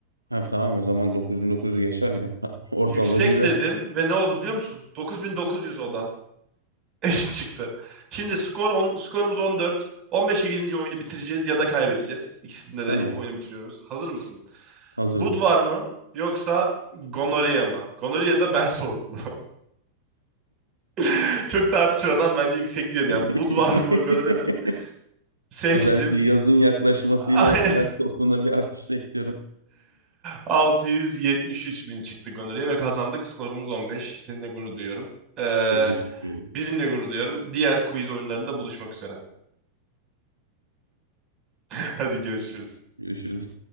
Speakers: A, on the right (about 90°); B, on the right (about 30°).
A: Ha tamam o zaman 9900 geçer ya. Ha, <laughs> ortalama
B: Yüksek
A: bire
B: dedim ve ne oldu biliyor musun? 9900 o da. <laughs> Eşit çıktı. Şimdi skor on, skorumuz 14. 15'e gidince oyunu bitireceğiz ya da kaybedeceğiz. İkisinde
A: Tamam
B: de it- oyunu bitiriyoruz. Hazır mısın?
A: hazırım.
B: Bud var mı yoksa gonorya mı? Gonorya da ben soğuklu. <laughs> Çok tartışmadan bence yüksek diyorum yani.
A: <laughs>
B: Bud var mı gonorya mı? Seçtim.
A: Özellikle yazın yaklaşmasıyla
B: <laughs>
A: ben toplumda bir artış bekliyorum.
B: 673 bin çıktık honoraya ve kazandık. Skorumuz 15. Seninle gurur duyuyorum. Ee,
A: Çok teşekkür ederim.
B: bizimle gurur duyuyorum. Diğer quiz oyunlarında buluşmak üzere. <laughs> Hadi görüşürüz.
A: Görüşürüz.